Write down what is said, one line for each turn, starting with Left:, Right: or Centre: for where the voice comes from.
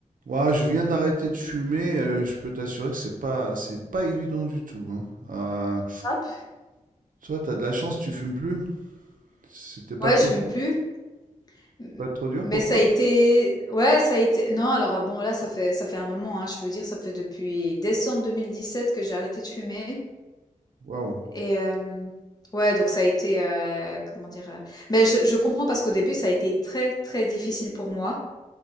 Right: Ouais, je viens d'arrêter de fumer, euh, je peux t'assurer que c'est pas c'est pas évident du tout, hein. Euh,
Left: Hop,
Right: toi, t'as de la chance, tu fumes plus. C'était pas
Left: ouais,
Right: trop
Left: je fume plus, m
Right: pas trop dur
Left: mais
Right: pour
Left: ça
Right: toi?
Left: a été ouais, ça a été non, alors, heu, bon, là, ça fait ça fait un moment, hein, je veux dire, ça fait depuis décembre 2017 que j'ai arrêté de fumer
Right: Waouh.
Left: et hem, ouais, donc ça a été, heu, comment dire, heu? Mais je je comprends parce qu'au début, ça a été très, très difficile pour moi